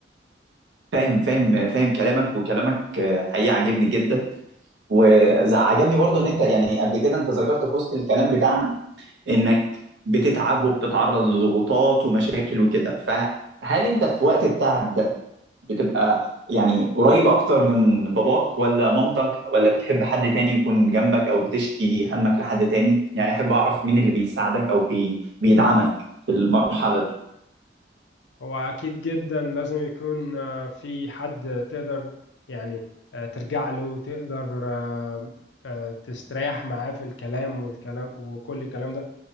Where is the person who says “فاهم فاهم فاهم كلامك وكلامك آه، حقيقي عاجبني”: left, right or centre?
Right